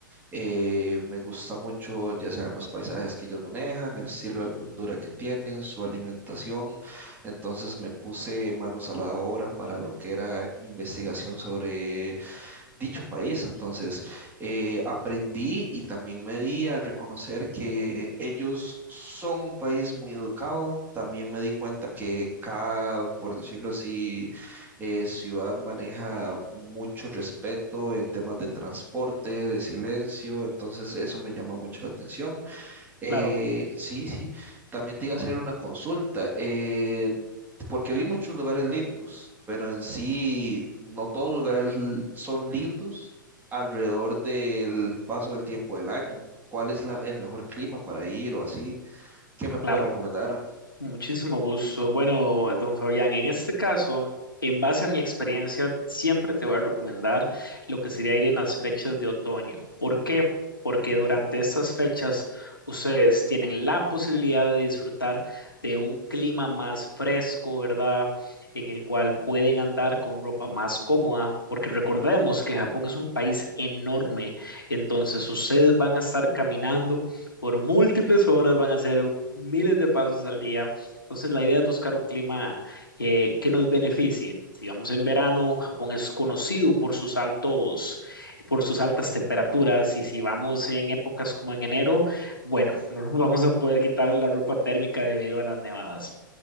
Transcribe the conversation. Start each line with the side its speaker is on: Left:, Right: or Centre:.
Right: eh, me gusta mucho, ya sean los paisajes que ellos manejan, el estilo de cultura que tienen, su alimentación. Entonces me puse manos a la obra para lo que era investigación sobre dicho país. Entonces, eh, aprendí y también me di a reconocer que ellos son un país muy educado. También me di cuenta que cada, por decirlo así, eh, ciudad maneja mucho respeto en temas de transporte, de silencio. Entonces, eso me llama mucho la atención. Eh,
Left: Claro,
Right: sí, sí. También te iba a hacer una consulta. Eh, porque vi muchos lugares lindos, pero en sí no todos los lugares l- son lindos alrededor del paso del tiempo del año. ¿Cuál es la- el mejor clima para ir o así? ¿Qué me puedes
Left: claro.
Right: recomendar?
Left: Muchísimo gusto. Bueno, don Fabián, en este caso, en base a mi experiencia, siempre te voy a recomendar lo que sería ir en las fechas de otoño. ¿Por qué? Porque durante estas fechas ustedes tienen la posibilidad de disfrutar de un clima más fresco, ¿verdad? En el cual pueden andar con ropa más cómoda, porque recordemos que Japón es un país enorme, entonces ustedes van a estar caminando por múltiples horas, van a hacer miles de pasos al día entonces, la idea es buscar un clima que, que nos beneficie. Si vamos en verano, Japón es conocido por sus altos, por sus altas temperaturas, y si vamos en épocas como en enero, bueno, no nos <laughs> vamos a poder quitar la ropa térmica debido a las nevadas.